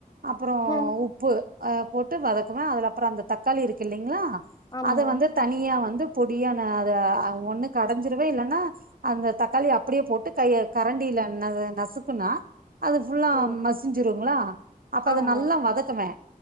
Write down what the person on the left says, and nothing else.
ம்.
ஆமா.
ஓ!
ஆமா